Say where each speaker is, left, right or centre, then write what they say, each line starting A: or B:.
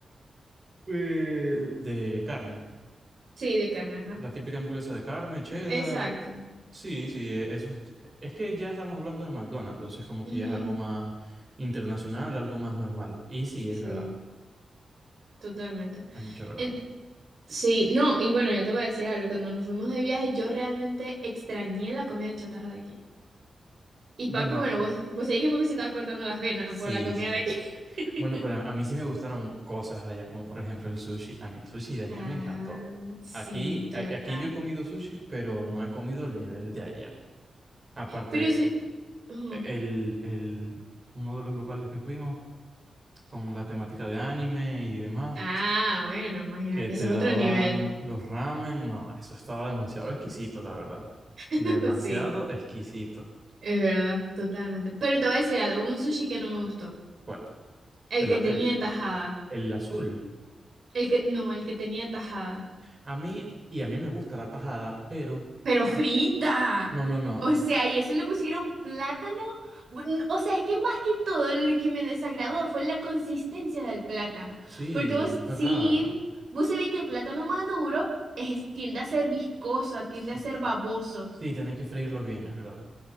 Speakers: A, on the right; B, on the right.
A: Eh, de carne,
B: Sí, de carne, ajá.
A: la típica hamburguesa de carne, cheddar.
B: Exacto.
A: Sí, sí, e- eso es, es que ya estamos hablando de McDonald's, entonces como
B: Ujú,
A: que ya es algo más internacional, algo más normal. Y sí, es
B: Sí,
A: verdad,
B: totalmente.
A: es mucha verdad.
B: En- sí, no, y bueno, yo te voy a decir algo, cuando nos fuimos de viaje yo realmente extrañé la comida chatarra de aquí. Y
A: Bueno,
B: papi, bueno, vos, vos sabés que papi se estaba cortando las venas
A: sí,
B: por la comida
A: sí.
B: de aquí. <laughs>
A: Bueno, pero a, a mí sí me gustaron cosas de allá, como por ejemplo el sushi. A mí el sushi de allá
B: Ah,
A: me encantó.
B: sí,
A: Aquí,
B: total.
A: a- aquí yo he comido sushi, pero no he comido el nivel de allá. Aparte,
B: Pero ese... ujú.
A: el, el, uno de los locales que fuimos con la temática de anime y demás,
B: Ah, bueno, imagínate,
A: que te
B: eso
A: daban
B: es otro nivel.
A: los ramen. No, eso estaba demasiado exquisito, la verdad.
B: <laughs>
A: Demasiado
B: Sí,
A: exquisito.
B: es verdad, totalmente. Pero te voy a decir algo, hubo un sushi que no me gustó.
A: ¿Cuál?
B: El
A: El,
B: que
A: a-
B: tenía
A: el,
B: tajada.
A: el azul.
B: El que, no, el que tenía tajada.
A: A mí, y a mí me gusta la tajada, pero...
B: Pero
A: a
B: frita.
A: mí- no, no, no.
B: O sea, y eso le pusieron plátano. Bu- n- O sea, es que más que todo lo que me desagradó fue la consistencia del plátano.
A: Sí,
B: Porque vos,
A: fue
B: sí,
A: raro.
B: vos sabés que el plátano maduro es, tiende a ser viscoso, tiende
A: Sí,
B: a ser baboso.
A: sí, tenéis que freírlo bien, es verdad.